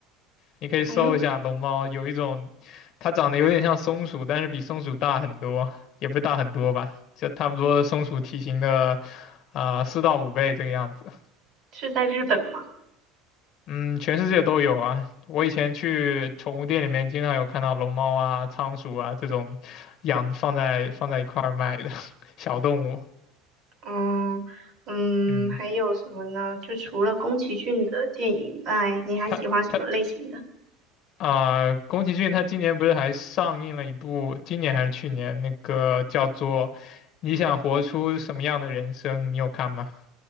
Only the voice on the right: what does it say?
哎，
是在日本吗？
嗯嗯，
还有什么呢？就除了宫崎骏的电影以外，你还喜欢什么类型的？